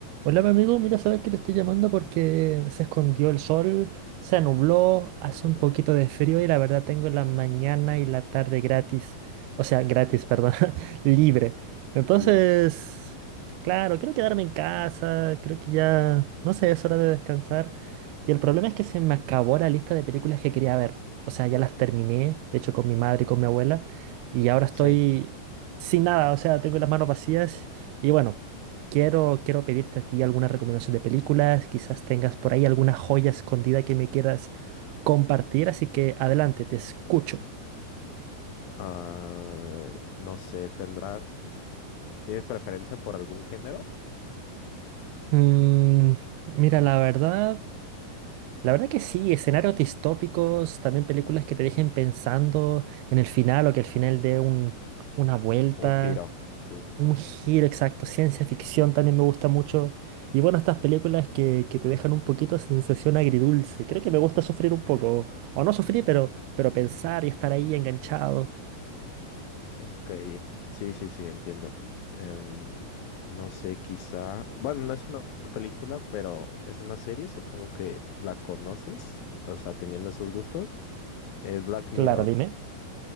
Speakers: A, on the right; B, on the left.
A: Hola, mi amigo. Mira, sabes que te estoy llamando porque se escondió el sol, se nubló, hace
B: Ujú.
A: un poquito de frío y la verdad tengo la mañana y la tarde gratis. O sea, gratis, perdón, <laughs> libre. Entonces,
B: Libre.
A: claro, quiero quedarme en casa, creo que ya, no sé, es hora de descansar. Y el problema es que se me acabó la lista de películas que quería ver. O sea, ya las terminé, de hecho, con mi madre y con mi abuela, y ahora
B: Sí.
A: estoy sin nada, o sea, tengo las manos vacías y bueno. Quiero, quiero pedirte a ti alguna recomendación de películas, quizás tengas por ahí alguna joya escondida que me quieras compartir, así que adelante, te escucho.
B: Ah, no sé, ¿tendrás... ¿Tienes preferencia por algún género?
A: Mm, mira, la verdad, la verdad que sí, escenarios distópicos, también películas que te dejen pensando en el final o que al final dé un- una vuelta.
B: Un giro, sí.
A: Un giro exacto, ciencia ficción también me gusta mucho. Y bueno, estas películas que, que te dejan un poquito de sensación agridulce. Creo que me gusta sufrir un poco, o o no sufrir, pero, pero pensar y estar ahí enganchado.
B: Ok. Sí, sí, sí, entiendo. Em, no sé, quizá... Bueno, no es una película, pero es una serie. Supongo que la conoces. O sea, teniendo esos gustos. Es Black
A: Claro,
B: Mirror.
A: dime.